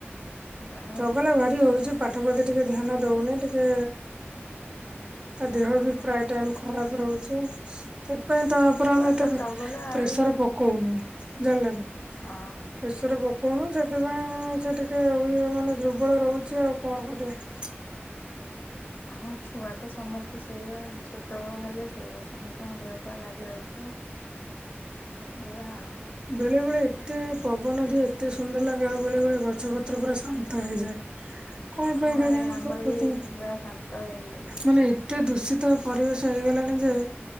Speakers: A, on the left; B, on the right.
A: ଯାହା
B: ଚଗଲା
A: ହଉ
B: ଭାରି ହଉଛି ପାଠ ଫାଟ ଟିକେ ଧ୍ୟାନ ଦଉନି ଟିକେ ତା ଦେହ
A: ହଁ
B: ବି ପ୍ରାୟ ଟାଇମ ଖରାପ ରହୁଛି। ସେଥିପାଇଁ ତା ଉପରେ
A: ଛୁଆ
B: ଆମେ ଏତେ
A: ତ
B: ପେ
A: ଚଗଲା
B: ପ୍ରେସର
A: ଆଉ
B: ପକଉନୁ ଜାଣିଲେ ନା?
A: ଆଁ।
B: ପେଶର ପକଉନୁ ସେଥିପାଇଁ ସେ ଟିକେଏ ଉଇ ମାନେ ଦୁର୍ବଳ ରହୁଛି ଆଉ କଣ କରିବା?
A: ହଁ ଛୁଆ ତ ସମସ୍ତେ ସେଇଆ ଛୋଟ ବେଳେ ହେଲେ ସେଇଆ ସମସ୍ତଙ୍କ ଦେହ ପା ଲାଗି ରହିଥିବ।
B: <inaudible>
A: ଏଇଆ ଆଉ।
B: ବେଳେ ବେଳେ ଏତେ ପବନ ଦିଏ ଏତେ ସୁନ୍ଦର ଲାଗେ ଆଉ ବେଳେ ବେଳେ ଗଛ ପତ୍ର ପୁରା ଶାନ୍ତ ହେଇଯାଏ। କଣ ପାଇଁ
A: ହଁ
B: କେଜାଣି
A: ଏ ଆମର
B: ପ୍ରକୃତି
A: ବି ଏଠି ପୁରା ଶାନ୍ତ ହେଇଯାଇଛି
B: ମାନେ ଏ ଏତେ ଦୂଷିତ ପରିବେଶ ହେଇଗଲାଣି ଯେ